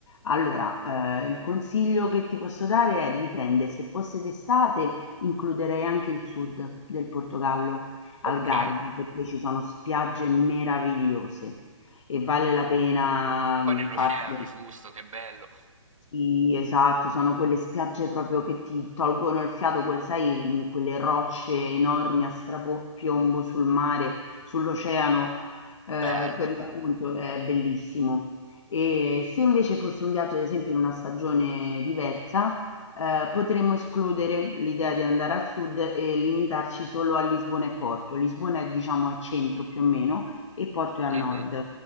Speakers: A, on the left; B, on the right.
A: Allora, ehm, il consiglio che ti posso dare è: dipende, se fosse d'estate includerei anche il sud del Portogallo, Algarve,
B: Ok.
A: perché ci sono spiagge meravigliose e vale la pena,
B: Poi
A: mhmm,
B: nell'oceano,
A: farsi
B: giusto, che bello.
A: sì, esatto, sono quelle spiagge proprio che ti tolgono il fiato, quel- sai, mh, quelle rocce enormi a strapiombo sul mare, sull'oceano, eh,
B: Bello.
A: per l'appunto è bellissimo. E se invece fosse un viaggio, ad esempio, in una stagione diversa, eh, potremmo escludere l'idea di andare al sud e limitarci solo a Lisbona e Porto. Lisbona è, diciamo, al centro più o meno e Porto è al
B: Mhm,
A: nord,